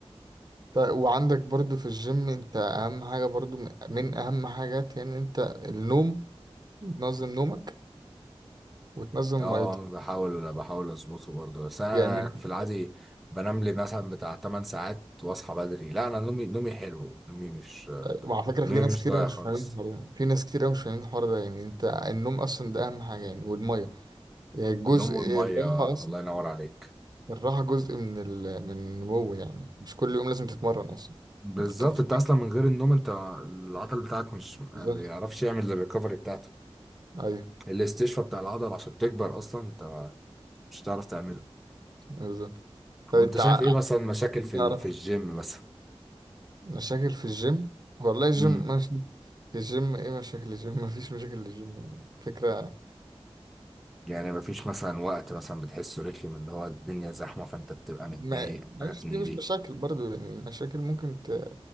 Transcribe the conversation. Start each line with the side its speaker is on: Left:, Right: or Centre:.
Right: طيب وعندك برضو في الجيم انت اهم حاجه برضو من من اهم حاجات يعني انت النوم تنظم نومك وتنظم
Centre: اه
Right: ميتك
Centre: بحاول بحاول اظبطه برضه بس انا
Right: يعني
Centre: في العادي بنام لي مثلا بتاع 8 ساعات واصحى بدري لا انا نومي نومي حلو نومي مش
Right: وعلى فكرة
Centre: نومي
Right: في ناس
Centre: مش
Right: كتير
Centre: ضايع
Right: أوي مش
Centre: خالص
Right: فاهمين الحوار ده في ناس كتير أوي مش فاهمين الحوار ده يعني أنت النوم أصلا ده أهم حاجة يعني والمية يعني جزء
Centre: نوم المية
Right: الراحة أصلا
Centre: الله ينور عليك
Right: الراحة جزء من ال... من النمو يعني مش كل يوم لازم تتمرن أصلا
Centre: بالظبط
Right: أنت كنت فاكر
Centre: انت اصلا من غير النوم انت العضل بتاعك مش ما
Right: بالظبط
Centre: بيعرفش يعمل الريكفري بتاعته
Right: أيوه
Centre: الاستشفاء بتاع العضله عشان تكبر اصلا انت مش هتعرف تعمله
Right: بالظبط طب
Centre: وانت
Right: أنت
Centre: شايف
Right: ع-
Centre: ايه مثلا مشاكل في
Right: تعرف
Centre: ال- في الجيم مثلا
Right: مشاكل في الجيم والله الجيم
Centre: امم
Right: مش الجيم إيه مشاكل الجيم <laughs> مفيش مشاكل للجيم يعني فكرة
Centre: يعني مفيش مثلا وقت مثلا بتحسه رخم اللي هو الدنيا زحمه فانت بتبقى
Right: ما
Centre: متضايق
Right: مش
Centre: حاجات من
Right: دي مش
Centre: دي
Right: مشاكل برضو يعني مشاكل ممكن ت...